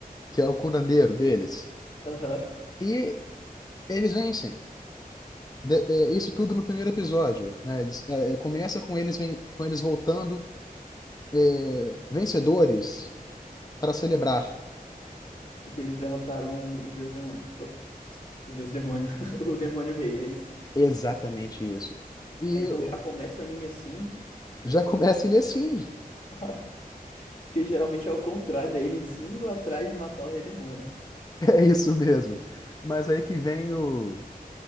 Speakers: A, on the left; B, on the left.
A: que é o curandeiro deles.
B: Aham.
A: E eles vencem. De- é, isso tudo no primeiro episódio, né? Eles, é, é, começa com eles, ven- com eles voltando é, vencedores para celebrar.
B: Porque eles derrotaram o Deus Demônio. O o Deus Demônio. <laughs> O Demônio Rei, é isso.
A: Exatamente isso. E
B: Aí, Então já começa o anime assim. <laughs>
A: Já começa ele assim. <laughs>
B: Ah, Porque geralmente é o contrário, né? Eles indo atrás de matar o Rei Demônio.
A: É isso mesmo. Mas aí que vem o,